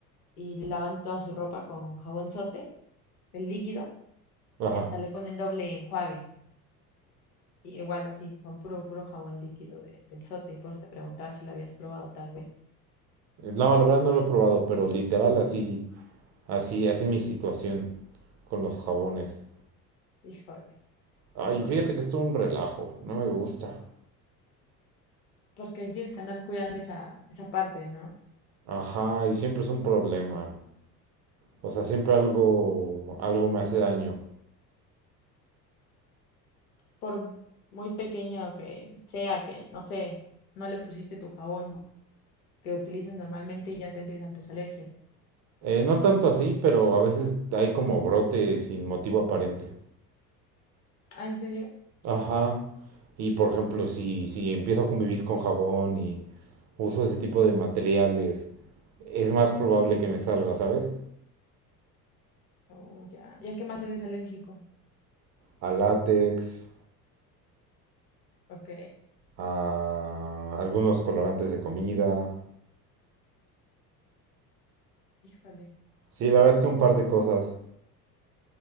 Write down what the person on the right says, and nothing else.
Ajá.
No, la verdad no lo he probado, pero literal así, así, así mi situación con los jabones.
Ay,
fíjate
que es todo un relajo, no me gusta.
Ajá, y siempre es un problema. O sea, siempre algo, algo me hace daño.
Eh, no tanto así, pero a veces hay como brote sin motivo aparente.
Ajá. Y por ejemplo, si, si empiezo a convivir con jabón y uso ese tipo de materiales, es más probable que me salga, ¿sabes?
A látex,
a algunos colorantes de comida.
Sí, la verdad es que un par de cosas.